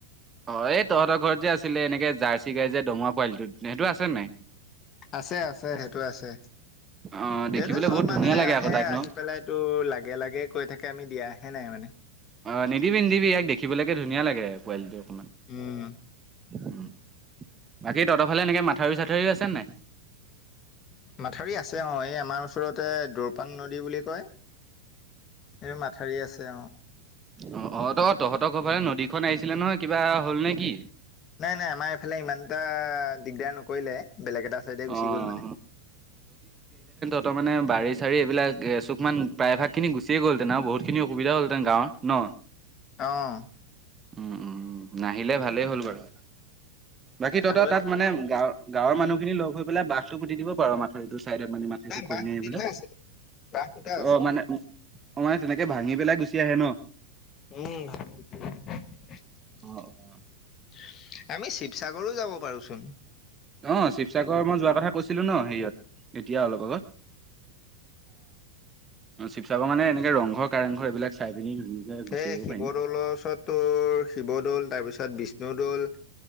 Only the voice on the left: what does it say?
আছে - আছে সেইটো আছে।
এইটো চব
মানুহে
আহে
আহি পেলাইতো লাগে লাগে কৈ থাকে আমি দিয়াহে নাই মানে
উম।
মাথাউৰি আছে অ', এই আমাৰ ওচৰতে দৌৰপান নদী বুলি কয়। এই মাথাউৰি আছে অ'।
নাই নাই আমাৰ এইফালে ইমানটা। দিগদাৰ নকৰিলে বেলেগ এটা চাইডে গুচি
গল মানে।
অ'।
আৰু এটা
বাঁহ
পুতি
থোৱা আছে বাঁহ ফুটা আছে
উম <unintelligible>
আমি শিৱসাগৰো যাব পাৰোচোন।
হেই
শিৱদ'লৰ
ওচৰতো শিৱদ'ল তাৰপিছত বিশ শিৱদৌল,